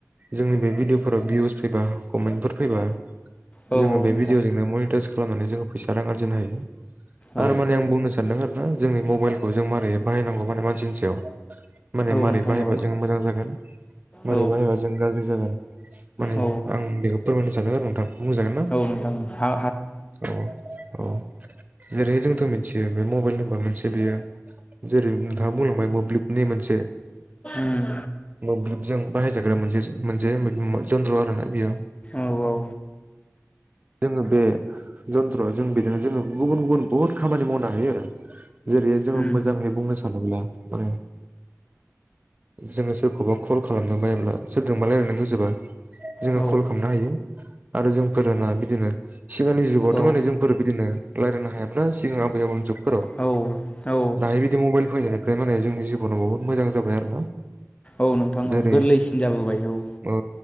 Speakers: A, on the right; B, on the left.
A: जोंनि बे भिडिअफोराव भिउस फैबा कमेन्टफोर फैबा
B: औ
A: जोंङो बे
B: नोंथां
A: भिडिअजोंनो मनिटाइस खालामनानै जोंङो फैसा रां आरजिनो हायो
B: औ
A: आरो माने आं बुंनो सानदों आर ना जोंनि मबाइलखौ जों मारैहाय बाहायनांगौ माने मानसिनि सायाव माने
B: औ
A: मारै
B: नोंथां
A: बाहायबा
B: औ
A: जों मोजां जागोन मारै
B: औ
A: बाहायबा जों गाज्रि जागोन। माने आं
B: औ
A: बेखौ फोरमायनो सानो आरो नोंथां। बुंजागोन ना
B: औ नोंथां हा
A: औ औ। जेरैहाय जोंथ‌ मिथियो बे मबाइल होनबा मोनसे बेयो जेरै नोंथाङा बुंलांबाय मोब्लिबनि मोनसे
B: उम
A: मोब्लिबजों बाहायजाग्रा मोनसे मोनसे मोन जन्त्र आरो ना बेयो।
B: औ औ।
A: <inaudible> जोंङो बे जन्थ्र जों बिदिनो जोंङो गुबुन गुबुन बुहुद खामानि मावनो हायो आरो। जेरैहाय जोंङो
B: उम
A: मोजांहाय बुंनो सानोब्ला माने जोंङो सोरखौबा कल खालामनो बायोब्ला सोरजोंबा लायरायनो गोसोबा जोंङो
B: औ
A: कल खालामनो हायो आरो जोंफोरोना बिदिनो सिगांनि जुगावथ'
B: औ
A: माने जोंफोर बिदिनो रायल्लायनो हायामोनना। सिगां आबै आबौनि जुग फोराव
B: औ औ
A: दाहाय बिदि मबाइल फैनायनिफ्राय माने जोंनि जिबनाव बुहुत मोजां जाबाय आरो ना।
B: औ नोंथां
A: जेरै
B: औ गोरलैसिन जाबोबाय औ।
A: ओ